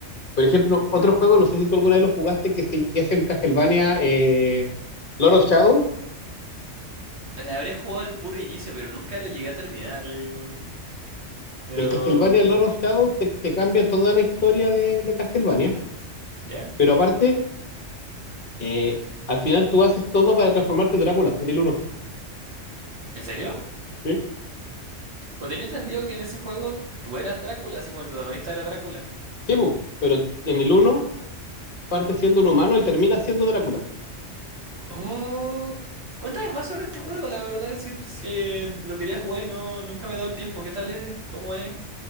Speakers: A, on the left (about 45°); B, on the right (about 60°).
A: Por ejemplo, otro juego, no sé si tú alguna vez lo jugaste, que, se- que es el Castlevania eh, Lord of Shadow.
B: Le habré jugado al puro inicio, pero nunca lo llegué a terminar. digo. Pero,
A: El Castlevania Lord of Shadow te, te cambia toda la historia de, de Castlevania,
B: ¿ya?
A: pero aparte, eh, al final tú haces todo para transformarte en Drácula, en el uno
B: ¿En serio?
A: Sí,
B: Pues tenía entendido que en ese juego tú eras Drácula, así como el protagonista era Drácula.
A: Sí, bu, pero en el uno parte siendo un humano y termina siendo Drácula.
B: Oh, cuéntame más sobre este juego, la verdad es que es que lo quería jugar y no nunca me he dado el tiempo. ¿Qué tal es? ¿Cómo es?